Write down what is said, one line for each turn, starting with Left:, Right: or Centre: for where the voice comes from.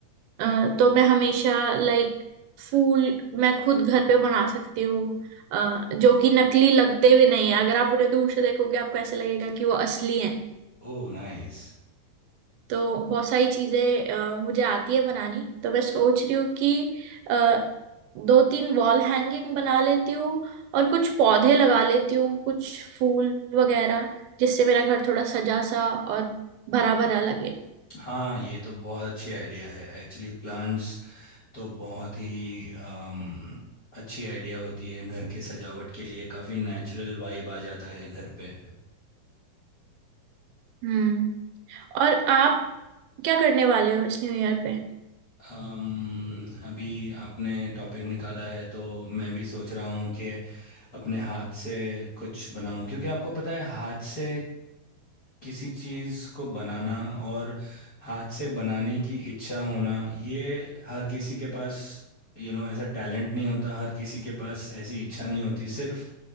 Right: अ, तो मैं हमेशा लाइक फूल मैं खुद घर पे बना सकती हूँ अ, जो कि नकली लगते भी नहीं है अगर आप उन्हें दूर से देखोगे आपको ऐसे लगेगा कि वो असली है
Left: Oh nice
Right: तो बहुत सारी चीजें अ, मुझे आती है बनानी तो मैं सोच रही हूँ कि अ, दो तीन वॉल हैंगिंग बना लेती हूँ और कुछ पौधे लगा लेती हूँ कुछ फूल वगैरह जिससे मेरा घर थोड़ा सजा सा और भरा भरा लगे
Left: हाँ ये तो बहुत अच्छी आइडिया है एक्चुअली प्लांट्स तो बहुत ही अम, अच्छी आइडिया होती है घर के सजावट के लिए काफ़ी नेचुरल वाइब आ जाता है घर पे
Right: हम्म और आप क्या करने वाले हो इस न्यू ईयर पे
Left: अम, अभी आपने टॉपिक निकाला है तो मैं भी सोच रहा हूँ कि अपने हाथ से कुछ बनाऊं क्योंकि आपको पता है हाथ से किसी चीज़ को बनाना और हाथ से बनाने की इच्छा होना ये हर किसी के पास यू you नो know, ऐसा टैलेंट नहीं होता हर किसी के पास ऐसी इच्छा नहीं होती सिर्फ